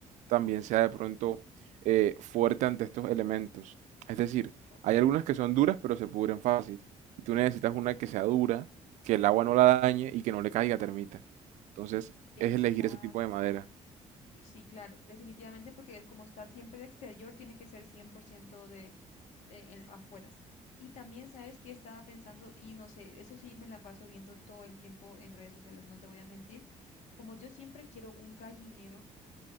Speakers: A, on the right (about 75°); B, on the left (about 70°).
A: también sea de pronto eh, fuerte ante estos elementos. Es decir,
B: o-
A: hay algunas que son duras pero se pudren fácil. Y tú necesitas una que sea dura, que el agua no la dañe y que no le caiga termita. Entonces
B: Exacto.
A: es elegir ese tipo de madera.
B: Sí, claro, definitivamente, porque como está siempre de exterior, tiene que ser 100% de, de en- afueras. Y también, ¿sabes qué estaba pensando? Y no sé, eso sí me la paso viendo todo el tiempo en redes sociales, no te voy a mentir. Como yo siempre quiero un gallinero